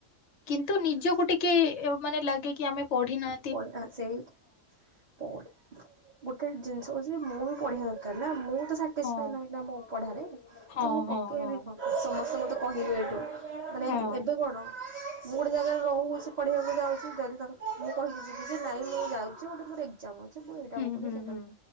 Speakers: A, on the left (about 60°); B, on the right (about 30°).
A: କିନ୍ତୁ ନିଜକୁ ଟିକେ ମାନେ ଲାଗେ କି ଆମେ ପଢି ନାହା
B: <unintelligible> ସେଇ ପଡି ଗୋଟେ ଜିନିଷ ହଉଚି ମୁଁ ବି ପଢିବା ଦରକାର ନା ମୁଁ ତ ସା ଟିସ୍ପାଏ
A: ହଁ
B: ନାହିଁ ନା ମୋ ପଢାରେ
A: ହଁ
B: ତ ମୁଁ ପକେଇବି
A: ହଁ ହଁ
B: କଣ? ସମସ୍ତେ ମତେ କହିବେ ଏଇଠୁ ମାନେ
A: ହଁ
B: ଏବେ କଣ ମୁଁ ଗୋଟେ ଜାଗାରେ ରହୁଚି ପଢିବାକୁ ଯାଉଚି ଯଦି ତା <inaudible> କହିକି ଯିବି ଯେ ନାଇଁ ମୁଁ ଯାଉଚି ଗୋଟେ ମୋର ଏଗଜାମ୍ ଅଛି ମୁଁ ଏଇଟା
A: ହୁଁ
B: ପକଉଚି
A: ହୁଁ
B: ସେଇଟା
A: ହୁଁ।